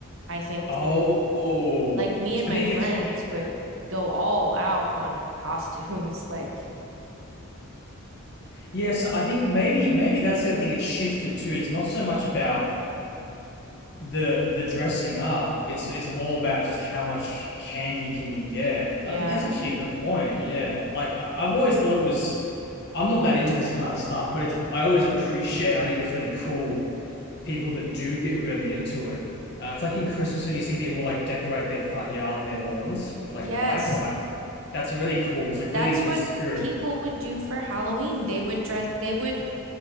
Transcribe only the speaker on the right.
I think.
Like like me
and my
friends
would go all out on costumes. <laughs> Like,
yeah.
Yes,
that's
what
people would do for Halloween. They would dress, they would